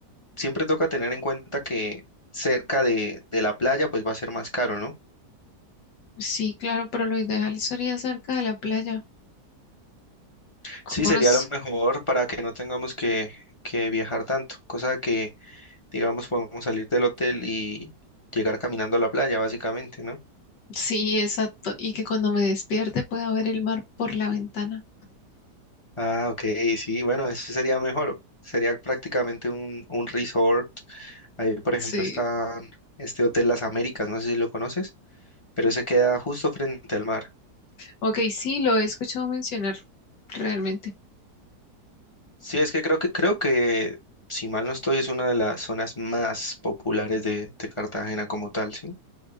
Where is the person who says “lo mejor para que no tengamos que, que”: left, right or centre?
Left